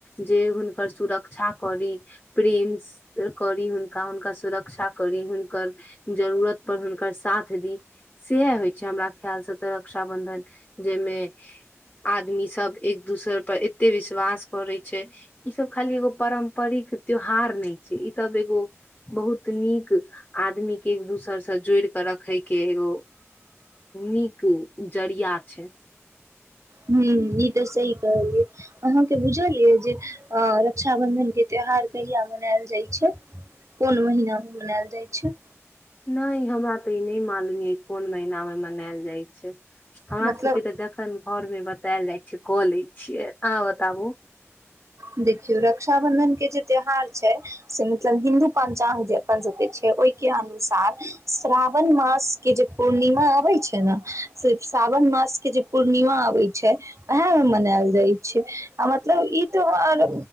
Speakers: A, on the left; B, on the right.
A: जे हुनकर सुरक्षा करी प्रेम करी हुनका हुनका सुरक्षा करी हुनकर जरूरत पर हुनकर साथ दी सह होय छै हमरा ख्याल से तऽ रक्षा बंधन जाहिमे आदमी सब एक दोसर पर एते विश्वास करे छै ई सब खाली एगो पारम्परिक त्यौहार नहि छै ई सब एगो बहुत नीक आदमी के एक दोसरसँ जोड़ कऽ रखै के एगो नीक जरिया छै
B: ह्म ई तऽ सही कहलियै अहाँके बुझल यए जे रक्षाबन्धनके त्यौहार कहिया मनायल जाइत छै कोन महीनामे मनायल जाइत छै
A: नहि हमरा तऽ ई नहि मालूम य कोन महीना मे मनायल जाइत छै हमरा
B: मतलब
A: सबके तऽ जखन घर मे बतायल जाइ छै क लै छियै अहाँ बताबु
B: देखियौ रक्षाबन्धन के जे त्यौहार छै से मतलब हिन्दू पंचांग जे अपन सबके छै ओहिके अनुसार श्रावण मास के जे पूर्णिमा अबै छै ने से सावन मास के जे पूर्णिमा अबै छै उएहमे मनायल जाइ छै आ मतलब ई र